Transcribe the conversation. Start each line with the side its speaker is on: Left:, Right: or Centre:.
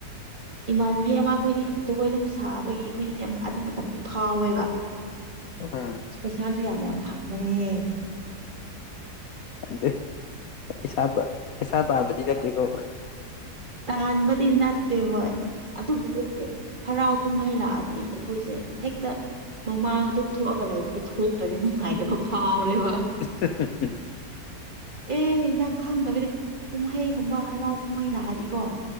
Right: ꯏꯃꯥꯟꯅꯕꯤ ꯑꯃ ꯑꯩꯈꯣꯏꯅꯤ ꯖꯒꯣꯏ ꯑꯗꯨꯝ ꯁꯥꯕꯒꯤ ꯑꯩꯈꯣꯏꯅꯤꯁꯦ ꯑꯗꯨ ꯃꯇꯝꯗ ꯐꯥꯎꯋꯦꯕ
Left: ꯑꯝ
Right: ꯄꯩꯁꯥꯁꯨ ꯌꯥꯝ ꯌꯥꯝ ꯐꯪꯕꯅꯤꯍꯦ
Left: ꯗꯦ ꯄꯩꯁꯥꯗ ꯄꯩꯁꯥ ꯇꯥꯟꯕꯗꯤ ꯅꯠꯇꯦ ꯀꯣ
Right: ꯇꯥꯟꯕꯗꯤ ꯅꯠꯇꯦ ꯍꯣꯏ ꯑꯗꯨꯕꯨ ꯀꯣ ꯀꯣ ꯍꯔꯥꯎ ꯀꯨꯝꯍꯩ ꯂꯥꯛꯑꯗꯤ ꯑꯩꯈꯣꯏꯁꯦ ꯍꯦꯛꯇ ꯃꯃꯥꯡ ꯑꯗꯨꯝ ꯊꯣꯛꯑꯒ ꯂꯩꯕꯒꯤ ꯊꯣꯛꯇ꯭ꯔꯗꯤ ꯅꯨꯡꯉꯥꯏꯇꯕ ꯐꯥꯎꯔꯦꯕ
Left: <unintelligible>
Right: ꯑꯦ ꯅꯪ ꯈꯪꯗꯕꯩꯅꯦ ꯀꯨꯝꯍꯩꯒꯨꯝꯕ ꯍꯔꯥꯎ ꯀꯨꯝꯍꯩ ꯂꯥꯛꯑꯗꯤ ꯀꯣ